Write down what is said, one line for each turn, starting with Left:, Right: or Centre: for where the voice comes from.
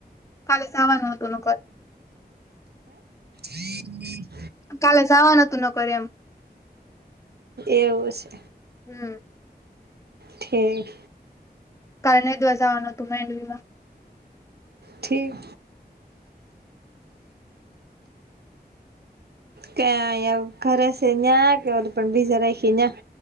Left: કાલે જવાનું હતું નોકર
Right: હે
Left: કાલે જાવાનુ હતુ નોકર એમ
Right: એવુ શે.
Left: હમ્મ
Right: ઠેક
Left: કાલ નેંદવા જાવાનું હતુ માંડવી માં
Right: ઠીક ક્યાં એ ઘરે છે ન્યાં કે <unintelligible> કે બીજે રાખી યા